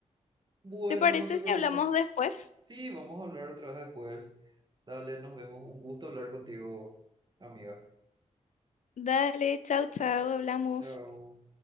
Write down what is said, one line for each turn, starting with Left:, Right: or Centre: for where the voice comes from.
Right: Bueno,
Left: ¿Te parece
Right: no te preocupes.
Left: si hablamos después?
Right: Sí, vamos a hablar otra vez después. Dale, nos vemos. Un gusto hablar contigo, amiga.
Left: Dale, chau, chau, hablamos.
Right: Chao.